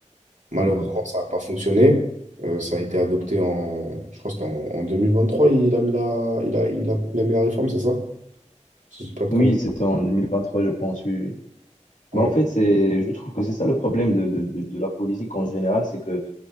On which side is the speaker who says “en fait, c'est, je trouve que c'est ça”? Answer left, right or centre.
Left